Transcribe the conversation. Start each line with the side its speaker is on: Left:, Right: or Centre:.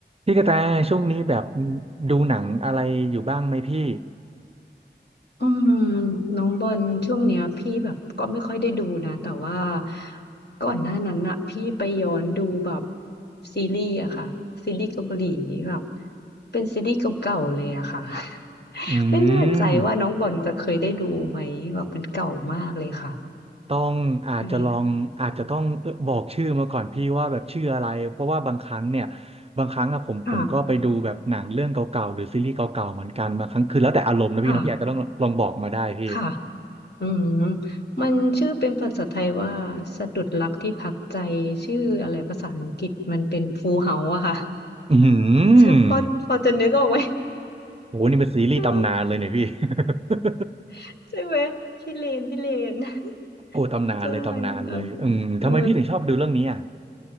Right: พี่กระแตช่วงนี้แบบดูหนังอะไรอยู่บ้างไหมพี่
Left: อืมน้องบอลช่วงเนี้ยพี่แบบก็ไม่ค่อยได้ดูนะแต่ว่าก่อนหน้านั้นอะพี่ไปย้อนดูแบบซีรีส์อะค่ะซีรีส์เกาหลีแบบเป็นซีรีส์เก่าๆเลยอะค่ะ <laughs>
Right: อื
Left: ไม่แน่ใจว่าน้องบอลจะเคยได้ดูไหมแบบมันเก่ามากเลยค่ะ
Right: มต้องอาจจะลองอาจจะต้องบอกชื่อมาก่อนพี่ว่าแบบชื่ออะไรเพราะว่าบางครั้งเนี่ย
Left: ใช่
Right: บางครั้งอะผมผมก็ไปดูแบบหนังเรื่องเก่าๆหรือซีรีส์เก่าๆเหมือนกันบางครั้งคือแล้วแต่อารมณ์นะพี่นะพี่อาจจะต้องลองบอกมาได้พี่
Left: ค่ะค่ะค่ะอืมมันชื่อเป็นภาษาไทยว่าสะดุดรักที่พักใจชื่ออะไรภาษาอังกฤษมันเป็นฟูลเฮาส์อะค่ะ
Right: อื
Left: จะพอพอจะนึกออกไหม
Right: มโอ้โหนี่เป็นซีรีส์ตำนานเลยเนี่ยพี่
Left: จะ
Right: <laughs>
Left: <laughs> ใช่ไหมพี่เลนพี่เลน
Right: โอ้ตำนานเลยตำนานเลยอืมทำไมพี่ถึงชอบดูเรื่องนี้อ่ะ
Left: <laughs> ใช่ค่ะเออ